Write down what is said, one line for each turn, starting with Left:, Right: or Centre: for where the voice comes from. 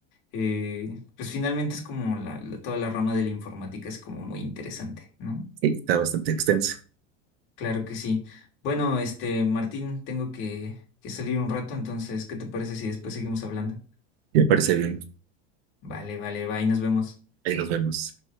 Left: eh, pues finalmente es como la, la- toda la rama de la informática es como muy interesante, ¿no?
Right: Sí, está bastante extenso.
Left: Claro que sí. Bueno, este, Martín, tengo que, que salir un rato, entonces, ¿qué te parece si después seguimos hablando?
Right: Me parece bien.
Left: Vale, vale, bye, nos vemos.
Right: Ahí nos vemos.